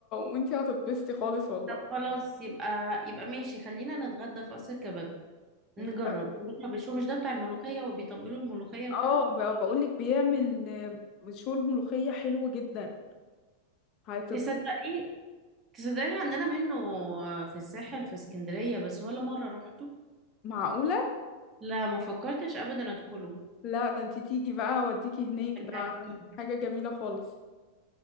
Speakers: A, on the left (about 35°); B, on the right (about 25°).
A: وانتي هتتبسطي خالص والله
B: طب خلاص يبقى يبقى ماشي خلينا نتغدى في قصر كباب نجرب
A: نتحق.
B: نجرب شو مش ده بتاع الملوخية وبيطبلوا الملوخية وكده
A: اه ب- بقولك بيعمل آه، مشوي الملوخية حلو جدا هتت...
B: تصدقي تصدقي عندنا منه في الساحل في اسكندرية بس ولا مرة روحته
A: معقولة؟
B: لا ما فكرتش ابدا ادخله
A: لا ده انتي تيجي بقى اوديكي هناك
B: رجعتيني.
A: ده حاجة جميلة خالص